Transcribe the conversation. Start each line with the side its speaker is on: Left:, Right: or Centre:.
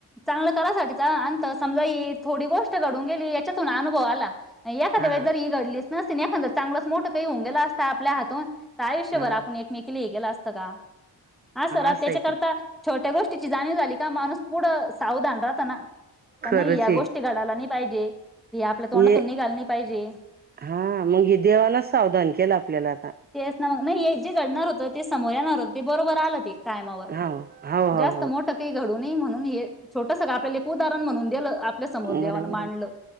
Centre: चांगल करासाठीच आणत समजा ही थोडी गोष्ट घडून गेली त्याच्या तुन अनुभव आला. एखाद्या
Right: हा
Centre: वेळेस जर ही रडलीस. नसती एखाद्य चांगलंच मोठं काही होऊन गेल असत आपल्या हातून त आयुष्भर
Right: हा
Centre: आप एकमेकीला हे केल असं पुस्तका हा सरा
Right: असं
Centre: त्याच्याकरता
Right: आहे पण
Centre: छोट त्या गोष्टीची जाणीव झाली का माणस पुढं सावधान राहात ना का
Right: खरंच
Centre: नाई या
Right: आहे
Centre: गोष्टी घडायला न्हाईत पाहिजे हे आपल्या तोंडातून
Right: ये
Centre: निघालं नाही पाहिजे
Right: हा म्हणजे देवाला सावधान केलं आपल्याला आता
Centre: <inaudible> ह नाही हे जे घडणार होतं ते समोर येणार होते ते बरोबर आलं ते टायमावर
Right: हा हो हो
Centre: जास्त
Right: हो
Centre: मोठ कही घड कोणी म्हणून हे छोटस ग आपल्या एक उदाहरण म्हणून दिलं आपल्या समोर देवानं
Right: बरोबरये
Centre: मांडलं